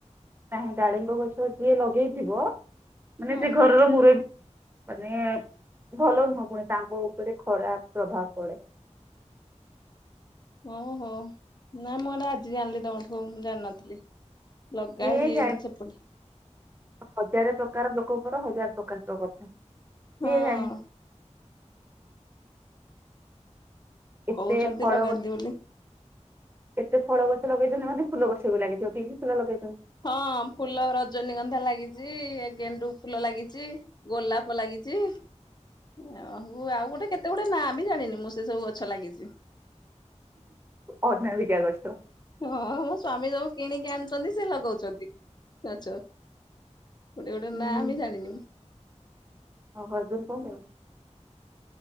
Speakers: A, on the right; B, on the left.
A: ନାହିଁ ଡାଳିମ୍ଵ ଗଛ ଯିଏ ଲଗେଇଥିବ ମାନେ
B: ହଁ
A: ସେ ଘରର ମୂୁରବି ମାନେ ଭଲ ନୁହଁ ପୁଣି ତାଙ୍କ ଉପରେ ଖରାପ ପ୍ରଭାବ ପଡେ।
B: ଓହୋ ନାଇଁ ମୁଁ ଏଇଟା ଆଜି ଜାଣିଲି ତମଠୁ ମୁଁ ଜାଣିନଥିଲି। ଲଗା
A: କିଏ
B: ହେଇଛି
A: ଜାଣି
B: ସେପଟେ।
A: ହଜାରେ ପ୍ରକାର ଲୋକଙ୍କର ହଜାର ପ୍ରକାର ତ କଥା
B: ହଁ
A: କିଏ ଜାଣେ। ଏତେ
B: କହୁଛନ୍ତି
A: ଫଳ
B: ଲଗାନ୍ତି ବୋଲି।
A: ଏତେ ଫଳ ଗଛ ଲଗେଇଛନ୍ତି ମାନେ ଫୁଲ ଗଛ ବି ଲାଗିଥିବ କି କି ଫୁଲ ଲଗେଇଚନ୍ତି।
B: ହଁ ଫୁଲ ରଜନୀଗନ୍ଧା ଲାଗିଚି ଏ ଗେଣ୍ଡୁ ଫୁଲ ଲାଗିଚି। ଗୋଲାପ ଲାଗିଚି। ୟ ହଉ ଆଉ ଗୋଟେ କେତେ ଗୁଡେ ନାଁ ବି ଜାଣିନି ମୁଁ ସେ ସବୁ ଗଛ ଲାଗିଚି।
A: ଅନାମିକା ଗଛ।
B: ହଁ ସ୍ଵାମୀ ସବୁ କିଣିକି ଆଣୁଛନ୍ତି ସେ ଲଗଉଚନ୍ତି ଗଛ। ଗୋଟେ ଗୋଟେ
A: ହୁଁ
B: ନାଁ
A: ହୁଁ
B: ବି ଜାଣିନି।
A: <inaudible>